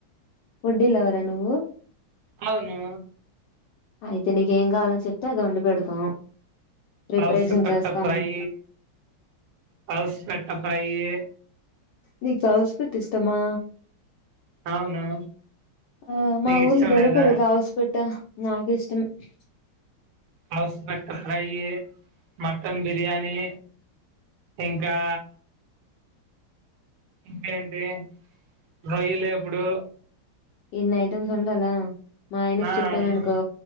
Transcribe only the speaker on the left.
ఫుడ్డి లవర్ ఆ నువ్వు
అయితే నీకేం కావాలో చెప్తే అది వండి పెడతాం ప్రిపరేషన్
చేస్తాం
నీకు కౌసు పిట్టా ఇష్టమా
ఆ మా
ఊర్లో
దొరకదు
గౌస్పిట్ట నాకు ఇష్టం ష్టం
ఇన్ని ఐటమ్స్ వండలా మా ఆయన
చెప్పాను అనుకో